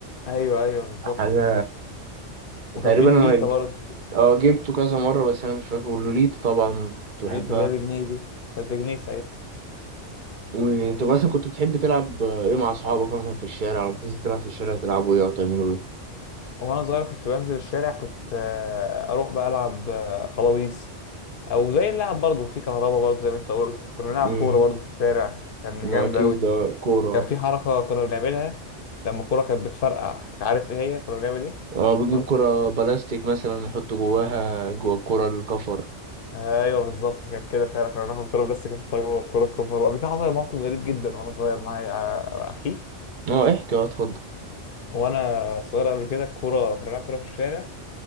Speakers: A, on the left; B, on the right.
A: ايوه ايوه بالظبط
B: حاجه
A: بالظبط
B: تقريبا
A: وكان في اللوليتا
B: انا ج-
A: برضه
B: اه جبته كذا مره بس انا مش فاكره لوليتا طبعا كنت بحبها
A: اللوليتا اللي هي بجنيه دي كانت بجنيه ساعتها
B: وانت مثلا كنت بتحب تلعب ايه مع اصحابك مثلا في الشارع لما تنزل تلعب في الشارع تلعبوا ايه او تعملوا ايه
A: وانا صغير كنت بنزل الشارع كنت آه، اروح بقى العب آه، خلاويص او زي اللعب برضه في كهربا برضه زي ما انت قلت كنا بنلعب
B: امم
A: كوره برضه في الشارع كان
B: ما
A: جامد
B: اكيد
A: قوي
B: ده كوره
A: كان في حركة كنا بنعملها لما الكورة كانت بتفرقع عارف ايه هي كنا بنعمل ايه؟
B: اه بنجيب
A: ولا
B: كوره بلاستيك مثلا نحط جواها جوا الكوره الكفر
A: ايوه بالظبط كان كده فعلا كنا بناخد كورة بلاستيك ونحطها جوه الكورة الكفر وقبل كده حصل موقف غريب جدا وانا صغير معايا على اخي
B: اه احكي اه اتفضل
A: وانا صغير قبل كده الكورة كنا بنلعب كورة في الشارع